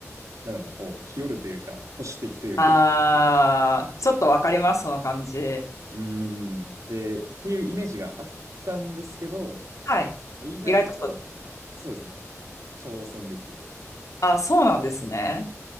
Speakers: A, on the right (about 90°); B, on the left (about 80°).
A: なんだろうな、こう、日和るというか、保守的というか、
B: あー、ちょっとわかります、その感じ。
A: うーん、で、っていうイメージがあったんですけど、
B: はい。
A: 意外と、
B: 意外とそう。
A: そうですね、挑戦できる
B: あ、そうなんですね。